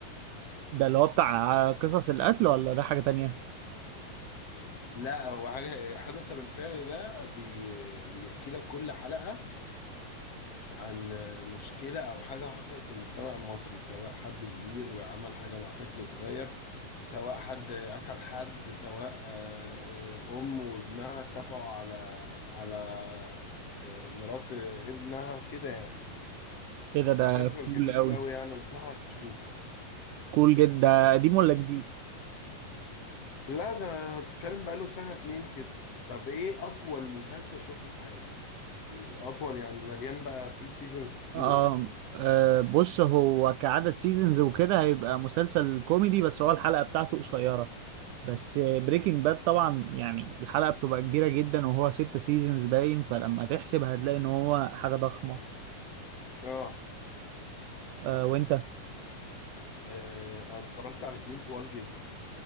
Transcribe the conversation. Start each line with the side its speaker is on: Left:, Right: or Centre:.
Right: ده اللي هو بتاع قصص القتل ولا ده حاجة تانية؟
Left: لا هو حاجة حدث بالفعل ده بي... بيحكي لك كل حلقة عن مشكلة أو حاجة حصلت في المجتمع المصري سواء حد كبير عمل حاجة مع طفل صغير سواء حد قتل حد سواء آه، آه، أم وابنها اتفقوا على على آه، مرات ابنها كده يعني
Right: ايه ده ده
Left: مسلسل
Right: كول
Left: جميل
Right: قوي
Left: أوي يعني أنصحك تشوفه
Right: كول جدا ده قديم ولا جديد؟
Left: لا ده بتتكلم بقاله سنة اتنين كده طب إيه أطول مسلسل شفته في حياتك؟ في أطول يعني مليان بقى فيه سيزونز كتير
Right: آه,
Left: وكده
Right: آه بص هو كعدد سيزونز وكده هيبقى مسلسل كوميدي بس هو الحلقة بتاعته قصيرة بس بريكنج باد طبعا يعني الحلقة بتبقى كبيرة جدا وهو ست سيزونز باين فلما تحسب هتلاقي ان هو حاجة ضخمة
Left: آه
Right: آه وانت
Left: آه، أنا اتفرجت على اتنين طوال جدا